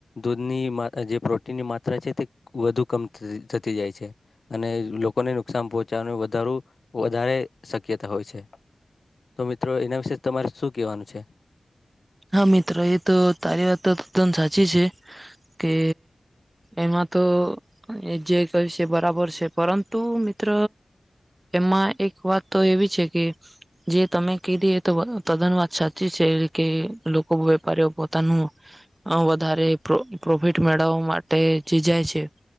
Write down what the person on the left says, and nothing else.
દૂધનીમાં જે પ્રોટીનની માત્રા છે તે વધુ કમ થ-થતી જાય છે. અને લોકોને નુકસાન પહોંચાડવાનું વધારું વધારે શક્યતા હોય છે. તો મિત્રો એના વિશે તમારે શું કેહેવાનું છે?